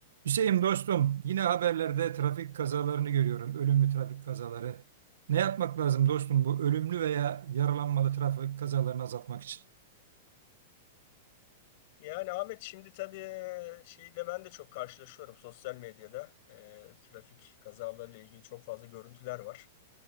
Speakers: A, on the right (about 85°); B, on the left (about 50°).
A: Hüseyin dostum, yine haberlerde trafik kazalarını görüyorum, ölümlü trafik kazaları. Ne yapmak lazım dostum bu ölümlü veya yaralanmalı trafik kazalarını azaltmak için?
B: Yani Ahmet şimdi tabii şeyde ben de çok karşılaşıyorum sosyal medyada. Ee, trafik kazalarıyla ilgili çok fazla görüntüler var.